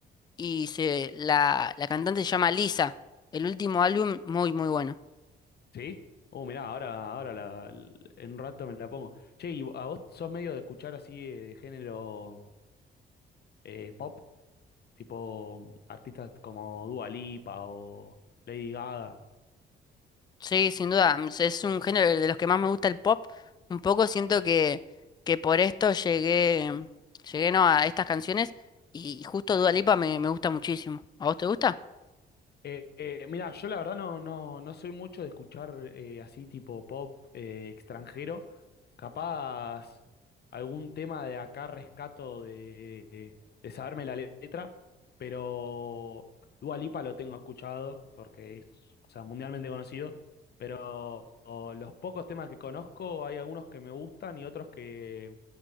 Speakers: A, on the left; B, on the left.
A: Y se, la, la cantante se llama Lisa. El último álbum, muy, muy bueno.
B: ¿Sí? Oh, mirá, ahora, ahora la, l- en un rato me la pongo. Che, ¿y a vos sos medio de escuchar así eh, de género eh, pop? Tipo artistas como Dua Lipa o Lady Gaga.
A: Sí, sin duda, mm, es un género de los que más me gusta el pop. Un poco siento que, que por esto llegué, mm, llegué no, a estas canciones y justo Dua Lipa me, me gusta muchísimo. ¿A vos te gusta?
B: Eh, eh, mira, yo la verdad no, no, no soy mucho de escuchar eh, así tipo pop eh, extranjero. Capaz algún tema de acá rescato de, de saberme la letra, pero Dua Lipa lo tengo escuchado porque es, o sea, mundialmente conocido. Pero o, los pocos temas que conozco, hay algunos que me gustan y otros que